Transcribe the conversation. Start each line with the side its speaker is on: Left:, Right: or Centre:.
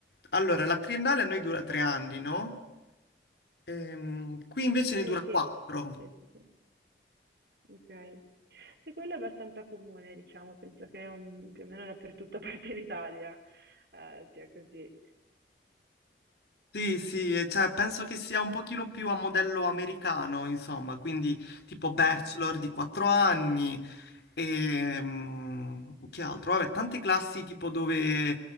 Left: allora, la triennale a noi dura tre anni, no? Ehm, qui invece ne
Right: Eh
Left: dura quattro.
Right: sì, sì, sì, sì. Ok. Sì, quello è abbastanza comune, diciamo, penso che um, più o meno dappertutto, <laughs> a parte in Italia, eh, sia così.
Left: Sì, sì, e cioè, penso che sia un pochino più a modello americano, insomma, quindi tipo bachelor
Right: Mm,
Left: di
Right: mm,
Left: quattro
Right: mm.
Left: anni e mm, che altro? Vabbè, tante classi tipo dove,